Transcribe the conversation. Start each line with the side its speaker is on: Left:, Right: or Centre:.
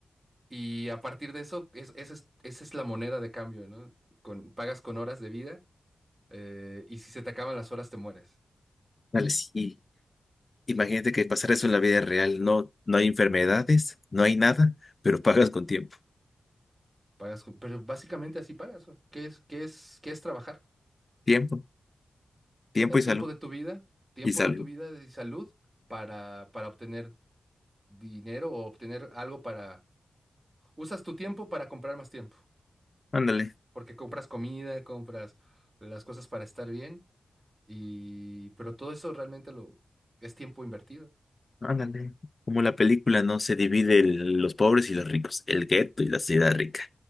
Right: Y a partir de eso, es, esa es, esa es la moneda de cambio, ¿no? Con, pagas con horas de vida eh, y si se te acaban las horas, te mueres.
Left: Ándale, sí. Imagínate que pasara eso en la vida real. No, no hay enfermedades, no hay nada, pero pagas con tiempo.
Right: Pagas, con- pero básicamente así pagas, güey. ¿Qué es, qué es, qué es trabajar?
Left: Tiempo, tiempo
Right: Das
Left: y
Right: tiempo
Left: salud.
Right: de tu vida, tiempo
Left: Y salud.
Right: de tu vida y salud para, para obtener dinero o obtener algo para... Usas tu tiempo para comprar más tiempo,
Left: Ándale.
Right: porque compras comida, compras las cosas para estar bien y... Pero todo eso realmente lo... es tiempo invertido.
Left: Ándale. Como la película, ¿no? Se divide el- los pobres y los ricos, el gueto y la ciudad rica.